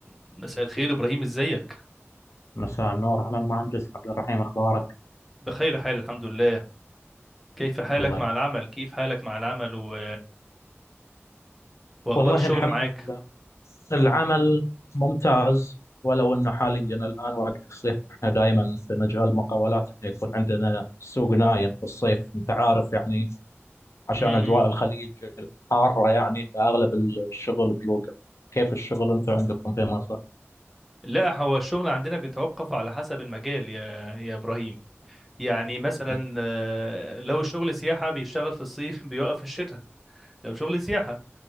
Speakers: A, in the centre; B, on the left.
A: مساء الخير إبراهيم إزيك؟
B: مساء النور أهلا مهندس عبد الرحيم أخبارك؟
A: بخير حال الحمد لله كيف حالك
B: الله
A: مع
B: يخ-
A: العمل؟ كيف حالك مع العمل و... وأخبار
B: والله
A: الشغل
B: الحمد
A: معاك؟
B: لله العمل ممتاز ولو انه حاليا الان وقت الصيف احنا دائما في مجال المقاولات احنا يكون عندنا سوق نايم في الصيف انت عارف يعني عشان
A: م-م.
B: اجواء الخليج حاره يعني فاغلب الشغل بيوقف كيف الشغل انت عندكم في مصر؟
A: لا هو الشغل عندنا بيتوقف على حسب المجال يا يا إبراهيم يعني مثلا
B: مم.
A: آه، لو الشغل سياحة بيشتغل في الصيف <laughs> بيوقف في الشتاء لو شغل سياحة